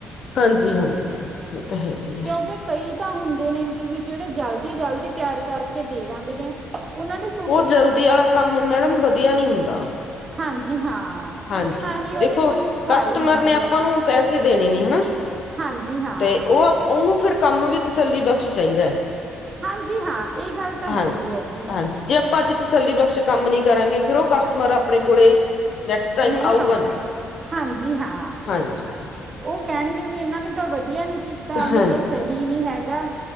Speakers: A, on the left (about 60°); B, on the right (about 35°).
A: ਹਾਂਜੀ-ਹਾਂਜੀ ਇਹ ਤਾਂ ਹੈ। ਹੀ
B: ਕਿਉਂਕਿ ਕਈ ਤਾਂ ਹੁੰਦੇ ਨੇਗੇ ਵੀ ਜਿਹੜੇ ਜਲਦੀ-ਜਲਦੀ ਤਿਆਰ ਕਰਕੇ ਦੇ ਜਾਂਦੇ ਨੇ, ਉਹਨਾਂ ਨੇ
A: ਉਹ ਜਲਦੀ ਆਲਾ ਕੰਮ ਮੈਡਮ ਵਧੀਆ ਨੀ ਹੁੰਦਾ।
B: ਹਾਂਜੀ ਹਾਂ।
A: ਹਾਂਜੀ
B: ਕਿਉਕਿ ਨਾ ਹੀ ਉਹ
A: ਦੇਖੋ
B: ਤੇ ਕੋਈ ਸਫਾ਼ਈ
A: ਕਸਟਮਰ
B: ਹੁੰਦੀ
A: ਨੇ ਆਪਾਂ
B: ਐ।
A: ਨੂੰ ਪੈਸੇ ਦੇਣੇ ਨੇ ਹਨਾ
B: ਹਾਂਜੀ ਹਾਂ।
A: ਤੇ ਉਹ ਉਹਨੂੰ ਫਿਰ ਕੰਮ ਵੀ ਤਸੱਲੀ ਬਖਸ਼ ਚਾਹੀਦਾ।
B: ਹਾਂਜੀ ਹਾਂ ਇਹ ਗੱਲ ਤਾਂ
A: ਹਾਂਜੀ
B: ਹੈਗੀ ਐ ਜੀ।
A: ਹਾਂਜੀ ਜੇ ਆਪਾਂ ਅੱਜ ਤਸੱਲੀ ਬਖਸ਼ ਕੰਮ ਨੀ ਕਰਾਂਗੇ ਫਿਰ ਉਹ ਕਸਟਮਰ ਆਪਣੇ ਕੋਲੇ ਨੈਕਸਟ ਟਾਈਮ
B: ਨਈ
A: ਆਊਗਾ
B: ਆਉਂਦਾ,
A: ਨੀ
B: ਹਾਂਜੀ ਹਾਂ।
A: ਹਾਂਜੀ
B: ਉਹ ਕਹਿਣਗੇ ਵੀ ਇਨਾਂ ਨੇ ਤਾਂ ਵਧੀਆ ਨੀ ਕੀ ਤਾਂ ਮੇਰੇ
A: ਹਾਂਜੀ
B: ਸਹੀ ਨੀ ਹੈਗਾ,